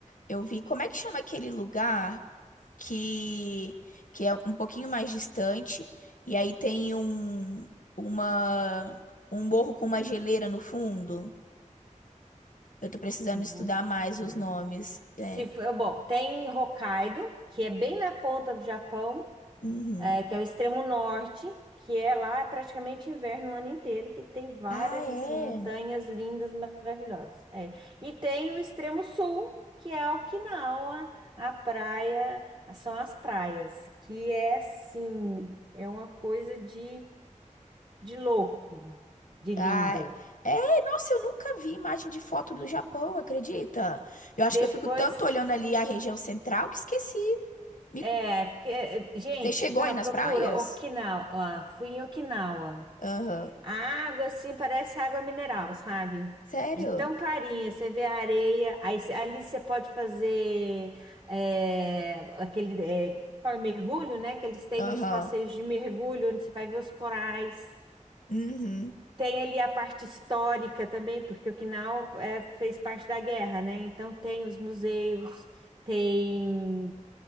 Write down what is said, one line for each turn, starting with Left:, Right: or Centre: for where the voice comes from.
Left: eu vi como é que chama aquele lugar que que é um pouquinho mais distante e aí tem um uma um morro com uma geleira no fundo. Eu tô precisando
Right: Morro
Left: estudar mais
Right: de
Left: os
Right: Helena.
Left: nomes,
Right: Se
Left: né
Right: for, bom, tem Hokkaido, que é bem na ponta do Japão.
Left: Uhum.
Right: é, que é o extremo norte, que é lá praticamente inverno o ano inteiro, que tem várias
Left: Ah, é.
Right: assim, montanhas lindas, maravilhosas. É. E tem o extremo sul, que é Okinawa, a praia, são as praias, que é assim, é uma coisa de, de louco, de lindo.
Left: Ah, é, é, nossa, eu nunca vi imagem de foto do Japão, acredita? Eu acho
Right: Depois,
Left: que eu fico tanto olhando ali a região central que esqueci. Me-
Right: é, porque, gente,
Left: Você chegou
Right: não,
Left: aí nas
Right: procura
Left: praias?
Right: Okinawa, fui em Okinawa.
Left: Aham.
Right: A água, assim, parece água mineral, sabe?
Left: Sério?
Right: De tão clarinha, você vê a areia, aí cê- ali você pode fazer é, aquele é, fala mergulho, né? Que eles têm
Left: Aham.
Right: os passeios de mergulho, onde você vai ver os corais.
Left: Uhum.
Right: Tem ali a parte histórica também, porque Okinawa é, fez parte da guerra, né? Então tem os museus, tem,